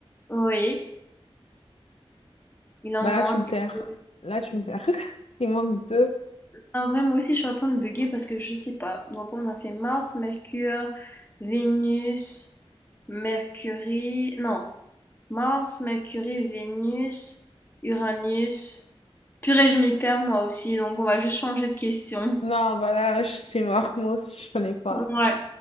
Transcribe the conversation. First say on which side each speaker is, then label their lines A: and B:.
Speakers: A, on the left; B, on the left.
A: Oui, il en
B: Bah
A: manque
B: là, tu me perds. Là, tu
A: deux.
B: me perds. <laughs> Il manque deux.
A: En vrai, moi aussi, je suis en train de bugger parce que je sais pas. Donc, on a fait Mars, Mercure, Vénus, Mercury. Non. Mars, Mercure, Vénus, Uranus. Purée, je m'y perds moi aussi, donc on va juste changer de question.
B: Non, bah là, je- c'est mort. Moi aussi, je connais pas.
A: Ouais,